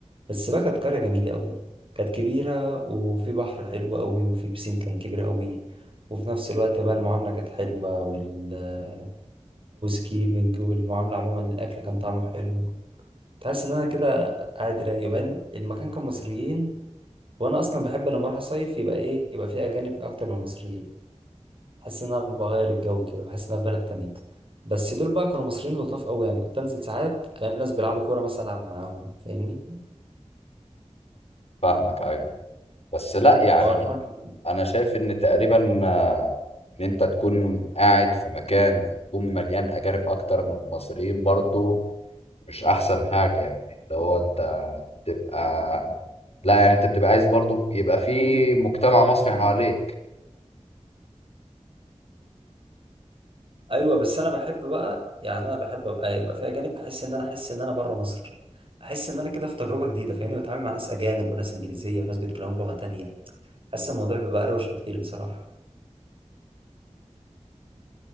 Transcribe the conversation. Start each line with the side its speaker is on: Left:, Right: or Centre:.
Right: بس بقى كانت قريه جميله قوي كانت كبيره وفي بحر حلو قوي وفي بسين كان كبير قوي وفي نفس الوقت بقى المعامله كانت حلوه والهاوس كيبنج والمعامله عموما الاكل كان طعمه حلو تحس ان انا كده قاعد رايق وبعدين المكان كان مصريين وانا اصلا بحب لما اروح اصيف يبقى ايه يبقى فيه اجانب اكتر من المصريين بحس ان انا بغير الجو كده بحس ان انا في بلد تانية بس دول بقى كانوا مصريين لطاف قوي يعني كنت انزل ساعات الاقي ناس بيلعبوا كوره مثلا العب معاهم فاهمني
Left: فاهمك ايوه بس لا يعني
Right: فهو الحوار
Left: انا
Right: كان
Left: أنا شايف ان تقريبا آه، ان انت تكون قاعد في مكان يكون مليان اجانب اكتر من المصريين برضو مش احسن حاجه يعني اللي هو انت تبقى لا يعني انت بتبقى عايز برضو يبقى في مجتمع مصري حواليك
Right: ايوه بس انا بحب بقى يعني انا بحب ابقى إيه، يبقى في اجانب بحس ان انا احس ان انا بره مصر احس ان انا كده في تجربه جديده فاهمني بتعامل مع ناس اجانب وناس انجليزيه وناس بيتكلموا بلغه تانية حاسس الموضوع بيبقى اروش بكتير بصراحه